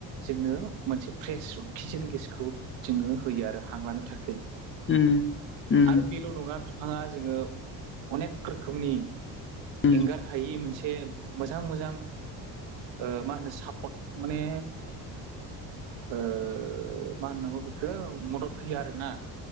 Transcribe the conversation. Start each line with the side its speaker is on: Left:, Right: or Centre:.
Right: जोंनो मोनसे फ्रेस अक्सिजेन गेसखौ जोङो होयो आरो हां लानो थाखै।
Left: उम उम
Right: आरो बेल' नङा बिफाङा जोङो अनेक रोखोमनि
Left: उम
Right: एंगार हायि मोनसे मोजां मोजां ओ मा होनो सापर्ट माने ओ मा होननांगौ बेखो मदद होयो आरोना।